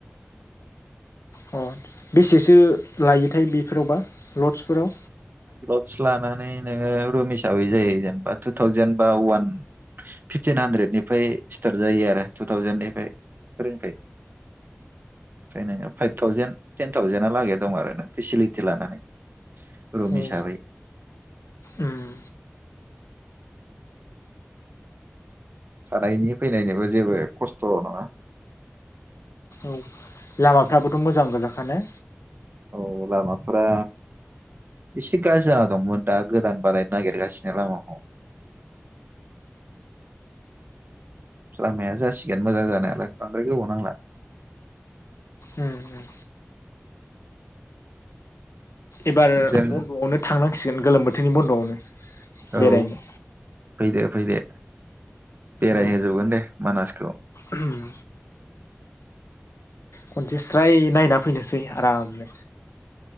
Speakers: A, on the left; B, on the right.
A: अ बेसेसो लायोथाय बेफोरावबा लडसफोराव
B: लडस लानानै नोङो रुमिस हिसाबै जायो जेनेबा टु थावजेन बा अवान फिफटिन हानद्रेदनिफ्राय सिर्टाथ जायो आरो। टु थावजेननिफ्राय रोंफाय फायनो फाइभ थावजेन टेन थावजेना लागै दं आरो ना फेसिलिटि लानानै। रुम
A: औ
B: हिसाबै
A: उम
B: थानायनि फैनायनिबो जेबो खस्थ' नङा।
A: औ लामाफ्राबोथ' मोजां गोजाखा ने?
B: औ लामा फ्रा एसे गाज्रि जाना दंमोन दा गोदान बारायनो नागिरगासिनो लामाखौ। लामाया जासिगोन मोजां जानायालाय बांद्राय गोबाव नांला।
A: उम उम एबार
B: जों
A: बन्द'आवनो थांनांसिगोन गोलोम बोथ थिनि बन्द'आवनो। बेरायनो
B: औ फैदो। फैदे। बेरायहोजोबगोन
A: औ
B: दे मानासखौ।
A: उम खनसे स्राय नायना फैनोसै आ आरामनो।